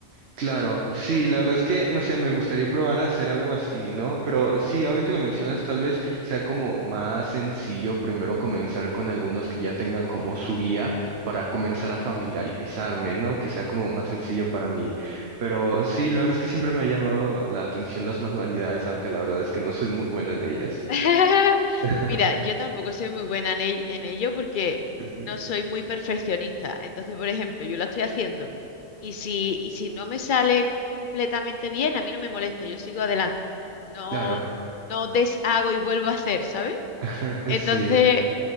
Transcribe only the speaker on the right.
Claro, sí, la verdad es que, no sé, me gustaría probar a hacer algo así, ¿no? Pero sí, ahora que lo mencionas, tal vez sea como más sencillo primero comenzar con algunos que ya tengan como su guía para comenzar a familiarizarme, ¿no? Que sea como más sencillo para mí. Pero sí, la verdad es que siempre me ha llamado la atención las manualidades, aunque la verdad es que no soy muy bueno en ellas.
<laughs>
Ujú.
Claro,
<laughs>
sí,